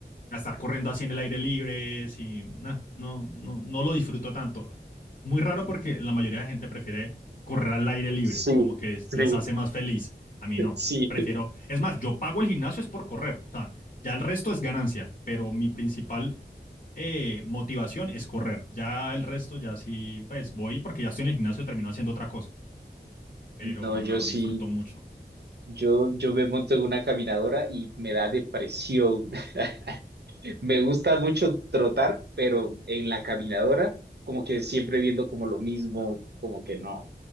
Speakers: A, on the left; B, on the right.
A: a estar corriendo así en el aire libre, si nah, no, no, no lo disfruto tanto. Muy raro porque la mayoría de gente prefiere correr al aire libre,
B: Sí,
A: como que es-
B: sí,
A: les hace más feliz. A mí
B: <laughs>
A: no,
B: sí.
A: prefiero, es más, yo pago el gimnasio es por correr, o sea, ya el resto es ganancia, pero mi principal eh, motivación es correr. Ya el resto, ya sí, pues voy porque ya estoy en el gimnasio, termino haciendo otra cosa, pero
B: No, yo
A: no,
B: sí,
A: disfruto mucho.
B: yo, yo me monto en una caminadora y me da depresión. <laughs> Me gusta mucho trotar, pero en la caminadora, como que siempre viendo como lo mismo, como que no.